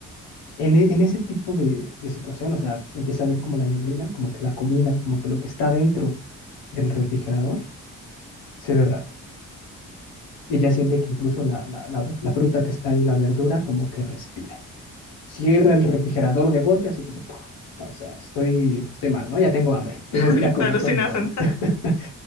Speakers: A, on the left (about 80°); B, on the left (about 45°).
A: En, e- en ese tipo de, de situación, o sea, empieza a ver como la neblina, como que la comida, como que lo que está dentro del refrigerador se ve raro. Y Ella siente que incluso la, la la- la fruta que está ahí, la verdura, como que respira. cierra el refrigerador de golpe, así como, "Puf, no, o sea, estoy, estoy mal, ¿no? Ya tengo hambre, <laughs> tengo
B: <laughs>
A: que ir a comer
B: Te alucinas,
A: con mi novia,
B: ¿no?
A: <laughs>